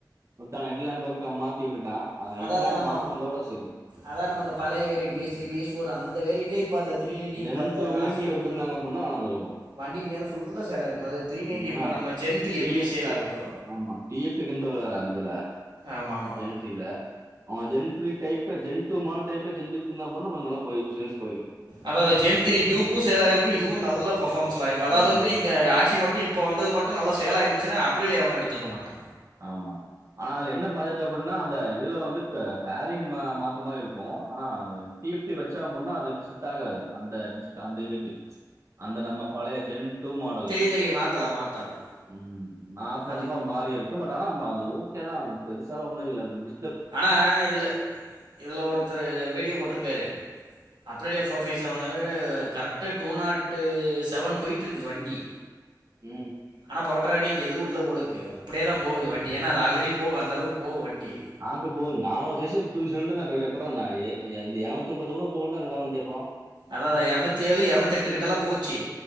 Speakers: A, on the right (about 40°); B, on the right (about 90°).
A: ஹேட் லேம்ப் பக்கோ மாத்தி விட்டுட்டா ஆ
B: அதாவது
A: எல்லா
B: நம்ம
A: மாத்துனதோட சரி
B: அதான் நம்ம அந்த பழைய பேரில் B C B S four அந்த வேறிண்லயே இப்ப அந்த த்ரீ நைன்ட்டி
A: ஜெனன்
B: இப்போ அந்த
A: டூ மினிட்ல
B: ஆர்சியை விட்டுருந்து
A: வித்துருந்தாங்க அப்டின்னா வந்துருக்கோ
B: வண்டி நேரம் ஃபுல்லாக சேல் ஆகிருக்கு அதாவது த்ரீ நைன்ட்டி
A: எனா
B: இப்போ நம்ம ஜென் த்ரீ
A: டி
B: எப்படி
A: எஃப்
B: சேல்
A: டி
B: ஆகுதோ
A: ஆமா டிஎஃப் <unintelligible> ன்றது வேற இது
B: ஆமாம் ஆமாம்
A: ஜன்ஸில அவ ஜென் த்ரீ டைப்பு ஜெய் டூ மாடல் டைப்பு ஜென் <unintelligible> நல்லா சேல்ஸ் போயிருக்கு
B: அதா இது ஜென் திரி டியூக்கு சேல் ஆயிருக்கு இதுவு நல்லா பர்ஃபோமன்ஸ் ஆயிருக்கு அதா
A: ம்.
B: இது வந்து இந்த ஆர்சி மட்டு இப்ப வந்தது மட்டு நல்லா சேல் ஆயிருந்திச்சினா புரில எவனு எடுத்துற்க்க மாட்டா
A: ஆமா ஆனா அது என்ன பாத்தது அப்டின்னா அந்த இதுல வந்து க ஃபேரிங் மா மாத்துர மாரி இருக்கு ஆனா டி எஃப் டி வச்சா முன்ன அதுக்கு செட் ஆகாது அந்த டிஸ்பிளே அந்த இதுக்கு அந்த நம்ம பழைய ஜென் டூ மாடலுக்கு
B: தெரியும் தெரியும் மாற்றலாம் மாற்றலாம்
A: ம் நாள்
B: அது
A: <unintelligible> முன்னா மாறியிருக் குடுக்க மாடானா <unintelligible> அது ஓகே தா பெருசால ஒண்ணு இல்ல அது நம்பி
B: ஆனா இதுல இதுல ஒருத்தர் வீடியோ போட்டிருக்காரு அ பிரிலியா four five seven correct two நாட்டு செவன் போயிட்டுருக்குது வண்டி
A: ம்.
B: ஆனா பவட்ராணிக்கு எதுவும் இல்ல போல கே அப்படியே தான் போகுது வண்டி ஏன்னா அது ஆல்ரெடி போக அந்த அளவுக்கு போ வண்டி
A: <unintelligible>
B: அதா அதா எரநூத்தி ஏழு எரநூத்தி எட்டுக்கிட்டல்லாம் போச்சு